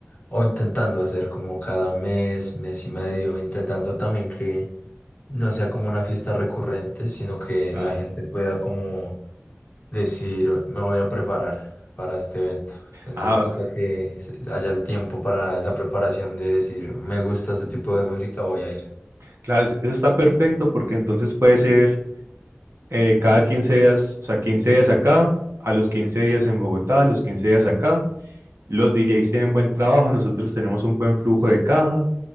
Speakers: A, on the left; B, on the right.
A: o intentando hacer como cada mes, mes y medio, intentando también que no sea como una fiesta recurrente, sino que
B: Claro.
A: la gente pueda como decir, me voy a preparar para este evento. Eh,
B: Ah,
A: Nos gusta que se- haya el tiempo para esa preparación de decir, me gusta este tipo de música, voy a ir.
B: claro, es- eso está perfecto porque entonces puede ser eh, cada 15 días, o sea, 15 días acá, a los 15 días en Bogotá, a los 15 días acá. Los DJs tienen buen trabajo, nosotros tenemos un buen flujo de caja